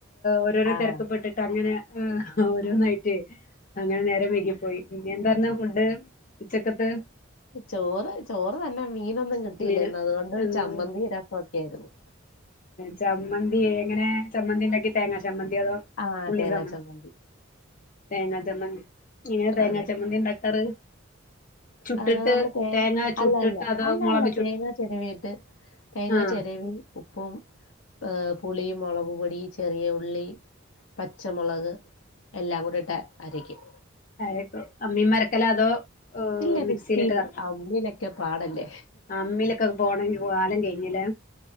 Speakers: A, on the left; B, on the left.
A: ഓരോരോ
B: ആഹ്
A: തിരക്ക്പ്പെട്ടിട്ട് അങ്ങനെ ഓരോന്നായിറ്റ് അങ്ങനെ നേരം വൈകിപ്പോയി ഇയ്യ് എന്താന്ന് ഫുഡ് ഉച്ചക്കത്തെ
B: ചോറ് ചോറ് തന്നെ മീനൊന്നും കിട്ടിയില്ലന്ന്
A: മീന്
B: അതുകൊണ്ട്
A: ഉം
B: ചമ്മന്തി രസൊക്കെ ആയിരുന്നു
A: ചമ്മന്തി എങ്ങനെ ചമ്മന്തി ഉണ്ടാക്കി തേങ്ങ ചമ്മന്തി അതോ
B: ആഹ്
A: ഉള്ളി
B: തേങ്ങാ
A: ചമ്മ
B: ചമ്മന്തി
A: തേങ്ങാ ചമ്മന്തി എങ്ങനെ തേങ്ങാ
B: അതെ
A: ചമ്മന്തി ഉണ്ടാക്കാറ് ചുട്ടിട്ട്
B: ആഹ് നമ്മള് തേ
A: തേങ്ങ ചുട്ടിട്ട്
B: അല്ല അല്ല
A: അതോ
B: അല്ല
A: മുളക്
B: അല്ല
A: ചുട്ട്
B: തേങ്ങ ചിരവിയിട്ട് തേങ്ങാ
A: ആഹ്
B: ചിരവി ഉപ്പും ഏഹ് പുളിയും മുളകപൊടി ഈ ചെറിയ ഉള്ളി പച്ചമുളക് എല്ലാം കൂടട്ട് അരക്കും
A: അരക്കു അമ്മീമാരക്കല അതോ ഏഹ്
B: ഇല്ല
A: മിക്സിയിലിട്ട്
B: മിക്സിയില്
A: കറക്കും
B: അമ്മിയിലൊക്കെ പാടല്ലേ
A: അമ്മിലൊക്കെ പോണമെങ്കിൽ കാലം കഴും അമ്മില